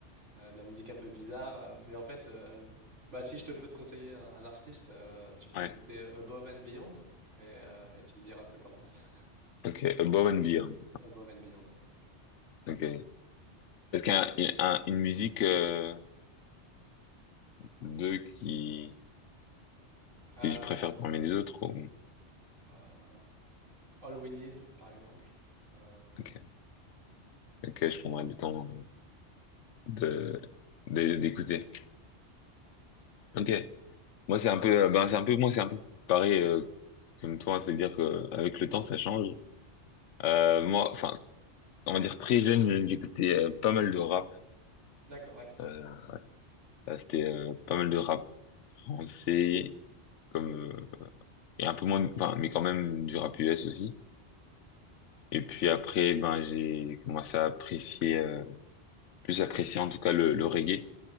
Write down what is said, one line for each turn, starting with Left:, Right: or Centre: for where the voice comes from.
Right: euh, de la musique un peu bizarre. euh, Mais en fait, euh, bah, si je te peux te conseiller un, un artiste, euh, tu peux
Left: Ouais.
Right: écouter Above and Beyond et, euh, et tu me diras ce que tu en penses. <laughs>
Left: Ok, Above and Beyond.
Right: Above and Beyond. ouais.
Left: Ok. Parce qu'un un- une musique euh, deux qui
Right: Euh,
Left: que je préfère parmi les autres ou...
Right: euh, All We Need, par exemple. Euh,
Left: Ok, ok, je prendrai le temps de de- d'écouter. Ok, moi c'est un peu, euh, ben c'est un peu, moi c'est un peu pareil euh, comme toi, c'est-à-dire que avec le temps ça change. Euh, moi, enfin, on va dire très jeune, j'écoutais euh, pas mal de rap.
Right: d'accord, ouais.
Left: Euh, là, c'était euh, pas mal de rap français, comme euh, et un peu moins, enfin, mais quand même du rap US aussi. Et puis après, ben, j'ai j'ai commencé à apprécier, euh, plus apprécier en tout cas le, le reggae